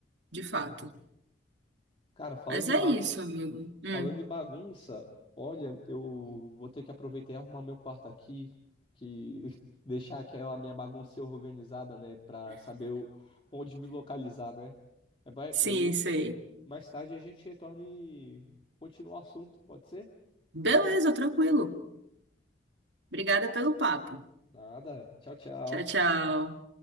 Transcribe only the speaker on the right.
de fato.
Mas é
isso, amigo. Hum,
sim,
sei.
Beleza, tranquilo. Obrigada pelo papo.
Tchau, tchau.